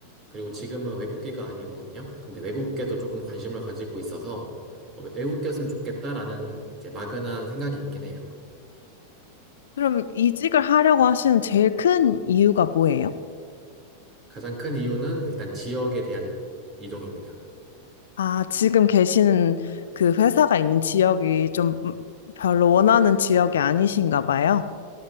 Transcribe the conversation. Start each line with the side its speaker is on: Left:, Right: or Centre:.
Right: 그리고 지금은 외국계가 아니거든요. 근데 외국계도 조금 관심을 가지고 있어서 어, 외국계였으면 좋겠다라는 이제 막연한 생각이 있긴 해요.
Left: 그럼 이직을 하려고 하시는 제일 큰 이유가 뭐예요?
Right: 가장 큰 이유는 일단 지역에 대한 이동입니다.
Left: 아, 지금 계시는 그 회사가 있는 지역이 좀 음, 별로 원하는 지역이 아니신가 봐요.